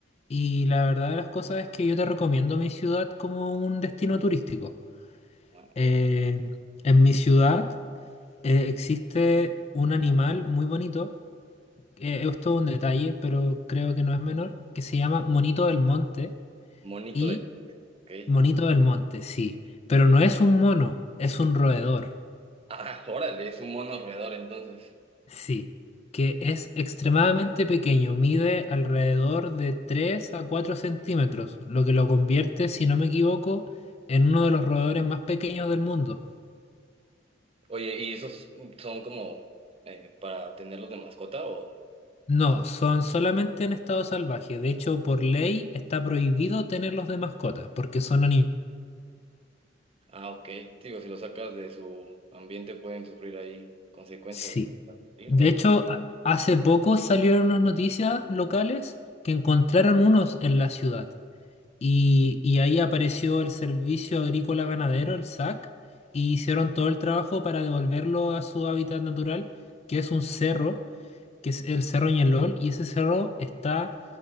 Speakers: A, on the left (about 35°); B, on the right (about 30°).
A: y la verdad de las cosas es que yo te recomiendo mi ciudad como un destino turístico.
B: Ah,
A: Eh,
B: perfecto.
A: en mi ciudad eh, existe un animal muy bonito, eh, esto es todo un detalle, pero creo que no es menor, que se llama Monito del Monte,
B: Monito
A: y
B: de... Ok.
A: Monito del Monte, sí, pero no es un mono, es un roedor.
B: Ah, órale, es un mono roedor entonces.
A: Sí, que es extremadamente pequeño, mide alrededor de 3 a 4 centímetros, lo que lo convierte, si no me equivoco, en uno de los roedores más pequeños del mundo.
B: Oye, ¿y esos son como eh, para tenerlos de mascota o...?
A: No, son solamente en estado salvaje. De hecho, por ley está prohibido tenerlos de mascota porque son animales.
B: Ah, ok. Digo, si lo sacas de su ambiente pueden sufrir ahí consecuencias,
A: Sí.
B: ¿no? Hasta morir,
A: De
B: tal
A: hecho,
B: vez.
A: a- hace poco salieron unas noticias locales que encontraron unos en la ciudad. Y, y ahí apareció el Servicio Agrícola Ganadero, el SAC, y hicieron todo el trabajo para devolverlo a su hábitat natural, que es un cerro, que es el Cerro Ñelol, y ese cerro está